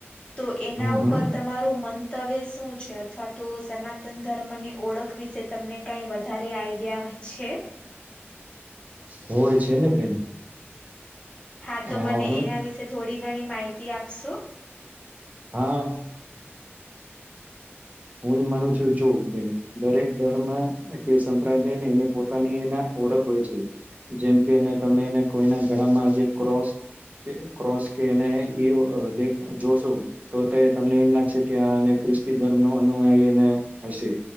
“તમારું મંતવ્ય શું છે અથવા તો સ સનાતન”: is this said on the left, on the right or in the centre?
Left